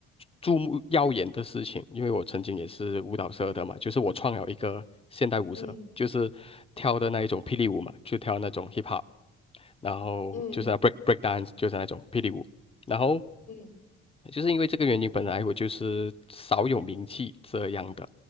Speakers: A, on the left (about 20°); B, on the left (about 70°).
A: 注目耀眼的事情，因为我曾经也是舞蹈社的嘛，就是我创了一个现代舞社，
B: 嗯
A: 就是跳的那一种霹雳舞嘛，就跳那种 hip hop。然后就是
B: 嗯
A: break break dance 就是那种霹雳舞，然后
B: 嗯。
A: 就是因为这个原因，本来我就是少有名气这样的，